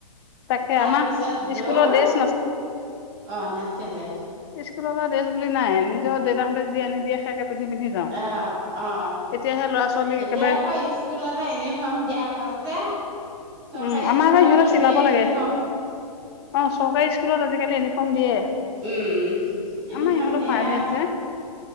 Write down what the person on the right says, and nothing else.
তাৰপিছত
দৌৰ,
অ নাছিলে।
অহ অ।
এতিয়া
আকৌ স্কুলতে ইউনিফৰ্ম দিয়া হ'ল যে চৰকাৰী
স্কুলতো
দিয়ে ইউনিফৰ্ম।
উম ইউনিফৰ্ম
দিয়ে